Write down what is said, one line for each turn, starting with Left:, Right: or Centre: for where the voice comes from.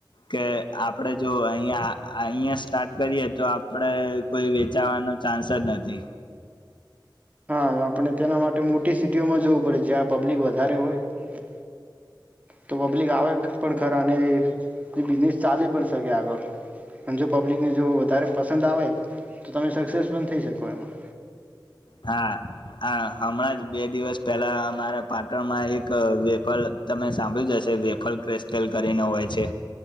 Left: કે આપડે જો અહ અહંયા સ્ટાર્ટ કરીએ તો આપડે કોઈ વેચાવાનો ચાન્સ જ નથી
Right: હા આપણે તેના માટે મોટી સિટીઓમાં જવું પડે જ્યાં પબ્લિક વધારે હોય તો પબ્લિક આવે પણ ખરા અને બિઝનેસ ચાલી પણ શકે આગળ જો પબ્લિકને જો વધારે પંદ આવે તો તમે સક્સેસ પણ થઈ શકો એમાં
Left: હા હા હમણાં જ બે દિવસ પહેલા અમારા પાટણમાં એક વેફલ તમે સાંભળ્યું જ હશે વેફલ કસ્લ કરીને હોય છે